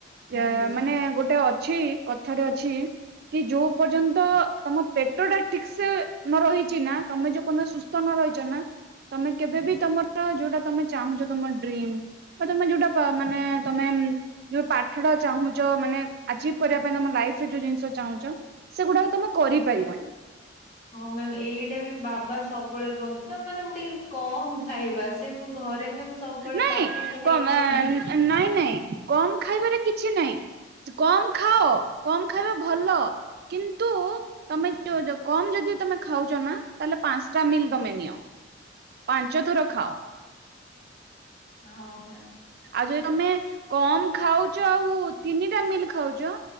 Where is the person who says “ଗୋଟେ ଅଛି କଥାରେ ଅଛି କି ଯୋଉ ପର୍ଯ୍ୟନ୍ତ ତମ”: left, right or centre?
Right